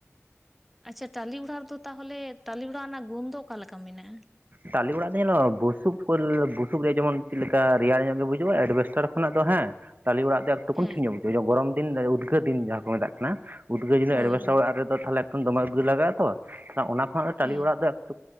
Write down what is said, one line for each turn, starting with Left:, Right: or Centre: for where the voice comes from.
Centre: ᱟᱪᱷᱟ ᱴᱟᱞᱤ ᱚᱲᱟ ᱨᱮᱫᱚ ᱛᱟᱦᱚᱞᱮ ᱴᱟᱞᱤ ᱚᱲᱟᱜ ᱨᱮᱱᱟᱜ ᱜᱩᱱ ᱫᱚ ᱚᱠᱟᱞᱮᱠᱟ ᱢᱮᱱᱟᱜᱼᱟ
Right: ᱛᱟᱞᱮ ᱚᱲᱟᱜ ᱫᱚ ᱱᱦᱸᱟᱜ ᱵᱩᱥᱩᱵ ᱠᱚ ᱵᱩᱥᱩᱵ ᱨᱮᱭᱟᱜ ᱡᱮᱢᱚᱱ ᱪᱮᱫ ᱞᱮᱠᱟ ᱨᱮᱭᱟᱲ ᱧᱚᱜ ᱜᱮ ᱵᱩᱡᱩᱜᱼᱟ ᱮᱡᱵᱮᱥᱴᱟᱨ ᱠᱦᱚᱱ ᱚᱱᱟᱜ ᱫᱚ ᱦᱮᱸ ᱴᱟᱞᱤ ᱚᱲᱟᱜ ᱫᱚ ᱮᱠᱴᱩ ᱠᱚ
Centre: ᱦᱮᱸ
Right: ᱴᱷᱤᱠ ᱧᱚᱜ ᱵᱩᱡᱷᱟᱹᱣᱟ ᱜᱚᱨᱚᱢ ᱫᱤᱱ ᱩᱫᱽᱜᱟᱹᱨ ᱫᱤᱱ ᱡᱟᱦᱟᱸ ᱠᱚ ᱢᱮᱛᱟᱜ ᱠᱟᱱᱟ ᱩᱫᱽᱜᱟᱹᱨ ᱡᱩᱫᱤ
Centre: ᱦᱳᱭ
Right: ᱮᱡᱵᱮᱥᱴᱟᱨ
Centre: ᱦᱳᱭ
Right: ᱚᱲ ᱨᱮᱫᱚ ᱛᱟᱦᱚᱞᱮ ᱮᱠᱴᱩ ᱫᱚᱢᱮ ᱩᱫᱽᱜᱟᱹᱨ ᱞᱟᱜᱟᱜᱼᱟ ᱛᱚ ᱚᱱᱟ ᱠᱷᱚᱱᱟᱜ ᱴᱟᱞᱤ
Centre: ᱦᱮᱸ
Right: ᱚᱲᱟᱜ ᱫᱚ ᱮᱠᱴᱩ